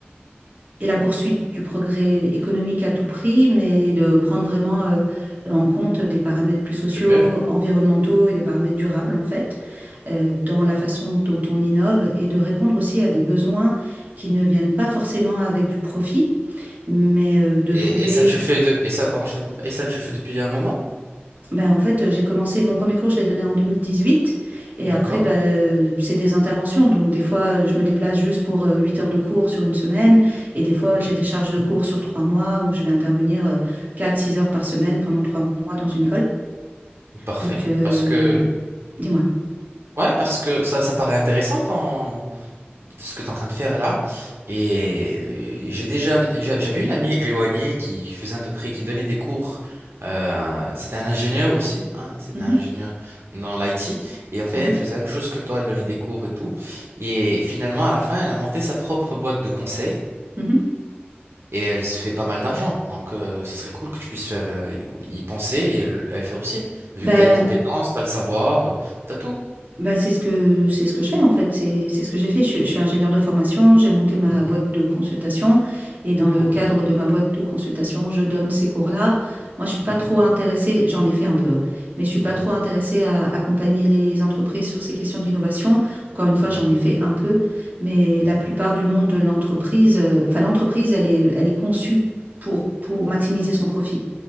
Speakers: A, on the right; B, on the right.
A: et la poursuite du progrès économique à tout prix, mais de prendre vraiment euh, en compte des paramètres plus sociaux,
B: Super.
A: environnementaux et des paramètres durables, en fait, euh, dans la façon dont on innove et de répondre aussi à des besoins qui ne viennent pas forcément avec du profit, mais euh, de
B: Et,
A: trouver
B: et ça, tu le fais de... Et ça, pardon, je te coupe. Et ça, tu le fais depuis un moment?
A: Ben en fait, heu, j'ai commencé mon premier cours, je l'ai donné en 2018 et
B: D'accord.
A: après, bah, heu, c'est des interventions donc des fois, heu, je me déplace juste pour, heu, 8 heures de cours sur une semaine et des fois,
B: Ok.
A: j'ai des charges de cours sur 3 mois où je vais intervenir, heu, 4-6 heures par semaine pendant 3 mois dans une école.
B: Parfait.
A: Donc heu
B: Parce que...
A: dis-moi?
B: Ouais, parce que ça, ça paraît intéressant dans ce que tu es en train de faire là. Et j'ai déjà... j'a- J'avais une amie éloignée qui faisait à peu près... qui donnait des cours. euh, c'était un ingénieur aussi. Hein, c'était
A: Mmh
B: un
A: mh.
B: ingénieur dans l'IT. Et en fait,
A: Mmh mh.
B: elle faisait la même chose que toi. Elle donnait des cours et tout. Et finalement, à la fin, elle a monté sa propre boîte de conseil.
A: Mmh
B: Et elle se fait pas mal d'argent. Donc, euh, ce serait cool que tu puisses faire, euh, y y penser et le- elle faire aussi. Vu
A: Bah,
B: que tu as les
A: euh,
B: compétences, tu as le savoir, euh, t'as tout.
A: Bah, c'est ce que c'est ce que je fais en fait, c'est c'est ce que j'ai fait. Je, suis je suis ingénieure de formation, j'ai monté ma
B: Mhm.
A: boîte de consultation et dans
B: Cool.
A: le cadre de ma boîte de consultation, je donne ces cours-là. Moi, je suis
B: Mhm.
A: pas trop intéressée, j'en ai fait un peu, hein, mais je suis pas
B: Mhm.
A: trop intéressée à accompagner les entreprises sur ces questions d'innovation. Encore une fois, j'en
B: D'accord.
A: ai fait un peu, mais la
B: Mhm.
A: plupart du monde de l'entreprise, euh, enfin l'entreprise, elle est elle est conçue pour pour maximiser son profit.